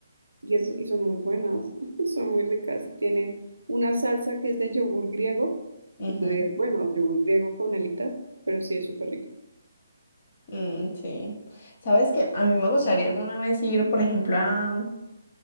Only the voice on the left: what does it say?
ujú,
mm, sí. ¿Sabes qué? A mí me gustaría alguna vez ir, por ejemplo, a,